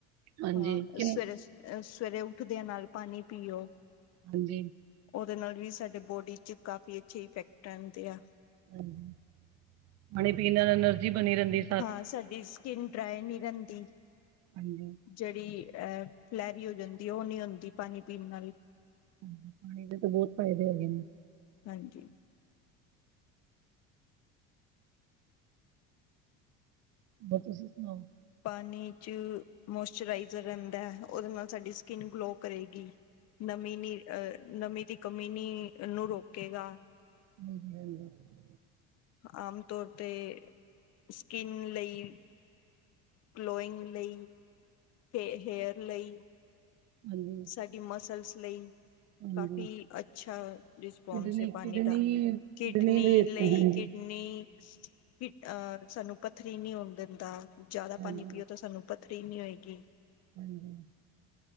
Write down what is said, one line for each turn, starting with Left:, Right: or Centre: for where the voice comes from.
Right: ਹਾਂਜੀ
Left: ਹਾਂ
Right: ਕਿ
Left: ਸਵੇਰੇ, ਸਵੇਰੇ ਉੱਠਦੇ ਆ ਨਾਲ ਪਾਨੀ ਪੀਓ।
Right: ਹਾਂਜੀ।
Left: ਓਦੇ ਨਾਲ ਵੀ ਸਾਡੇ ਬੋਡੀ 'ਚ ਕਾਫੀ ਅੱਛੇ ਇਫੈਕਟ ਰੈਂਦੇ ਆ।
Right: ਹੂੰ, ਪਾਣੀ ਪੀਨ ਨਾਲ ਐਨਰਜੀ ਬਨੀ ਰੈਂਦੀ।
Left: ਹਾਂ ਸਾਡੀ ਸਕਿਨ ਡਰਾਏ ਨੀ ਰੈਂਦੀ।
Right: ਹਾਂਜੀ
Left: ਜਿਹੜੀ ਐ ਫਲੈਰੀ ਹੋ ਜਾਂਦੀ ਓ ਨੀ ਹੁੰਦੀ ਪਾਨੀ ਪੀਨ ਨਾਲ।
Right: ਹੂੰ, ਪਾਣੀ ਦੇ ਤੇ ਬੋਤ ਫ਼ਾਏਦੇ ਹੈਗੇ ਨੇ।
Left: ਹਾਂਜੀ।
Right: ਬਸ ਤੁਸੀਂ ਸੁਨਾਓ?
Left: ਪਾਨੀ 'ਚ ਮੋਸਚਰਾਈਜ਼ਰ ਰੈਂਦਾ ਓਦੇ ਨਾਲ ਸਾਡੀ ਸਕਿੰਨ ਗਲੋ ਕਰੇਗੀ। ਨਮੀ ਨੀ ਅਹ ਨਮੀ ਦੀ ਕਮੀ ਨੀ ਨੂੰ ਰੋਕੇਗਾ।
Right: <unintelligible>
Left: ਆਮ ਤੌਰ ਤੇ ਸਕਿਨ ਲਈ ਗਲੋਇੰਗ ਲਈ ਤੇ ਹੇਅਰ ਲਈ
Right: ਹਾਂਜੀ।
Left: ਸਾਡੀ ਮਸਲਸ ਲਈ
Right: ਹਾਂਜੀ
Left: ਕਾਫ਼ੀ
Right: ਹਾਂਜੀ
Left: ਅੱਛਾ ਰਿਸਪੋਂਸ
Right: ਕਿਡਨੀ,
Left: ਏ ਪਾਨੀ
Right: ਕਿਡਨੀ,
Left: ਦਾ ਕਿਡਨੀ
Right: ਵੇਸਟ
Left: ਲਈ
Right: ਹੈ। ਹਾਂਜੀ,
Left: ਕਿਡਨ ਨੀ ਕਿ ਅਹ ਸਾਨੂੰ ਪੱਥਰੀ ਨੀ ਹੋਨ ਦੇਂਦਾ। ਜਾਦਾ
Right: ਹਾਂਜੀ,
Left: ਪਾਣੀ ਪੀਓ ਤੇ ਸਾਨੂੰ ਪੱਥਰੀ ਨੀ ਹੋਏਗੀ।
Right: ਹਾਂਜੀ।